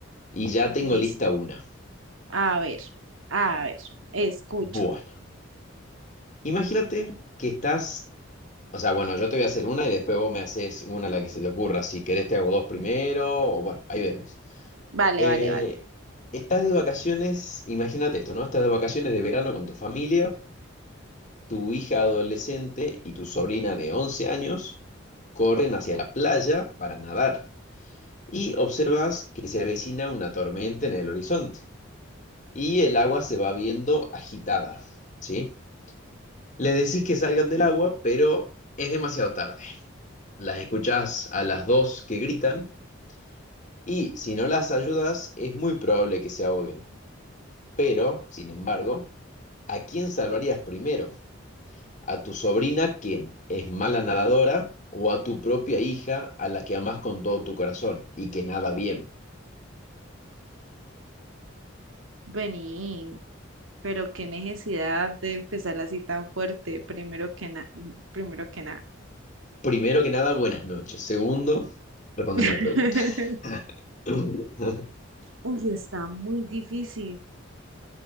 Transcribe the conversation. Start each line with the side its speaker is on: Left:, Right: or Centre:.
Left: Y ya tengo
Right: Listo.
Left: lista una.
Right: A ver, a ver, escucho.
Left: Bueno, imagínate que estás, o sea, bueno, yo te voy a hacer una y después vos me haces una a la que se te ocurra. Si querés te hago dos primero, o bueno, ahí vemos.
Right: Vale,
Left: Eh,
Right: vale, vale.
Left: estás de vacaciones, imagínate esto, ¿no? Estás de vacaciones de verano con tu familia, tu hija adolescente y tu sobrina de 11 años corren hacia la playa para nadar y observas que se avecina una tormenta en el horizonte y el agua se va viendo agitada, ¿sí? Le decís que salgan del agua, pero es demasiado tarde. Las escuchás a las dos que gritan y si no las ayudas es muy probable que se ahoguen. Pero, sin embargo, ¿a quién salvarías primero? ¿A tu sobrina, quien es mala nadadora, o a tu propia hija, a la que amás con todo tu corazón y que nada bien?
Right: Vení, pero qué necesidad de empezar así tan fuerte, primero que nada, primero que nada.
Left: Primero que nada, buenas noches. Segundo, respóndeme
Right: <laughs>
Left: la pregunta. <laughs>
Right: Uy, está muy difícil,